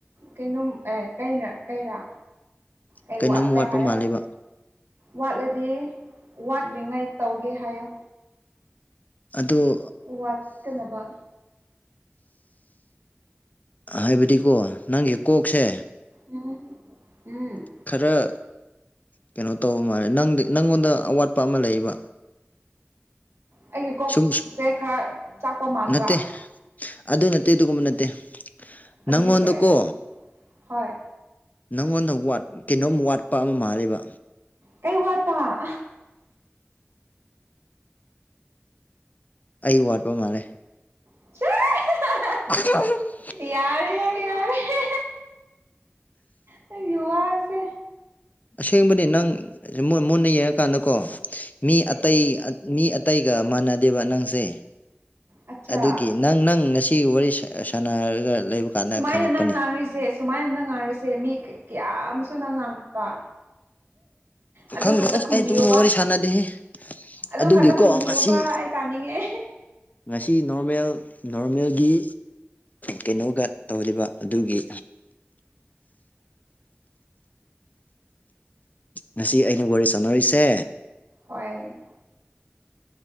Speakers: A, on the right; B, on the left.
A: ꯀꯩꯅꯣꯝ ꯑꯦ ꯀꯩꯅ ꯀꯩꯔꯥ ꯀꯩ
B: ꯀꯩꯅꯣꯝ
A: ꯋꯥꯠꯄ꯭ꯔꯥ
B: ꯋꯥꯠꯄ
A: ꯍꯥꯏꯌꯣ
B: ꯃꯥꯜꯂꯦꯕ
A: ꯋꯥꯠꯂꯗꯤ ꯋꯥꯠꯇ꯭ꯔꯤꯉꯩ ꯇꯧꯒꯦ ꯍꯥꯏꯌꯨ
B: ꯑꯣ
A: ꯋꯥꯠꯀꯅꯕ
B: ꯍꯥꯏꯕꯗꯤꯀꯣ ꯅꯪꯒꯤ ꯀꯣꯛꯁꯦ
A: ꯎꯝ ꯎꯝ
B: ꯈꯔ ꯀꯩꯅꯣ ꯇꯧꯕ ꯃꯥꯜꯂꯦ ꯅꯪꯗꯤ ꯅꯪꯉꯣꯟꯗ ꯑꯋꯥꯠꯄ ꯑꯃ ꯂꯩꯕ
A: ꯑꯩꯒꯤ ꯀꯣꯛꯁꯦ
B: ꯁꯨꯝ
A: ꯈꯔ ꯆꯥꯛꯄ ꯃꯥꯟꯕ꯭ꯔꯥ
B: ꯅꯠꯇꯦ ꯑꯗꯨ ꯅꯠꯇꯦ ꯑꯗꯨꯒꯨꯝꯕ ꯅꯠꯇꯦ ꯅꯪꯉꯣꯟꯗꯀꯣ
A: ꯑꯗꯨꯗꯤ ꯀꯩ ꯍꯣꯏ
B: ꯅꯪꯉꯣꯟꯗ ꯊꯥꯠ ꯀꯩꯅꯣꯝ ꯋꯥꯠꯄ ꯑꯃ ꯃꯥꯜꯂꯦꯕ
A: ꯀꯩ ꯋꯥꯠꯇ
B: ꯑꯩ ꯋꯥꯠꯄ ꯃꯥꯜꯂꯦ
A: <unintelligible>
B: <unintelligible>
A: ꯌꯥꯔꯦ ꯍꯦ ꯌꯥꯔꯦ ꯍꯦ ꯅꯪꯒꯤ ꯋꯥꯁꯦ
B: ꯑꯁꯦꯡꯕꯗꯤ ꯅꯪ ꯃꯨꯟꯅ ꯃꯨꯟꯅ ꯌꯦꯡꯉꯀꯥꯟꯗꯀꯣ ꯃꯤ
A: ꯆꯦꯁ
B: ꯑꯇꯩ ꯃꯤ ꯑꯇꯩꯒ ꯃꯥꯟꯅꯗꯦꯕ ꯅꯪꯁꯦ
A: ꯑꯠꯆꯥ
B: ꯑꯗꯨꯒꯤ ꯅꯪ ꯅꯪ ꯉꯁꯤ ꯋꯥꯔꯤ ꯁ ꯁꯥꯟꯅ ꯍꯥꯏꯔꯒ ꯂꯩꯕ ꯀꯥꯟꯗ
A: ꯁꯨꯃꯥꯏꯅ
B: ꯈꯪꯉꯛꯄꯅꯤ
A: ꯅꯪ ꯉꯥꯡꯔꯤꯁꯦ ꯁꯨꯃꯥꯏꯅ ꯅꯪ ꯉꯥꯡꯔꯤꯁꯦ ꯃꯤ ꯀꯌꯥ ꯑꯃꯁꯨ ꯅꯪ ꯉꯥꯡꯈ꯭ꯔꯕ ꯑꯗꯨ
B: ꯈꯪꯗꯦ
A: ꯈꯛꯇ
B: ꯑꯁ
A: ꯈꯨꯝꯕꯤꯌꯨꯕ
B: ꯑꯩ ꯑꯗꯨꯒꯨꯝꯕ ꯋꯥꯔꯤ ꯁꯥꯟꯅꯗꯦꯍꯦ
A: ꯑꯗꯨꯝ
B: ꯑꯗꯨꯒꯤꯀꯣ
A: ꯈꯛꯇ ꯈꯨꯝꯕꯤꯌꯨꯕ
B: ꯉꯁꯤ
A: ꯇꯥꯅꯤꯡꯉꯦ
B: ꯉꯁꯤ ꯅꯣꯔꯃꯦꯜ ꯅꯣꯔꯃꯦꯜꯒꯤ ꯀꯩꯅꯣꯒ ꯇꯧꯔꯤꯕ ꯑꯗꯨꯒꯤ ꯉꯁꯤ ꯑꯩꯅ ꯋꯥꯔꯤ ꯁꯥꯟꯅꯔꯤꯁꯦ
A: ꯍꯣꯏ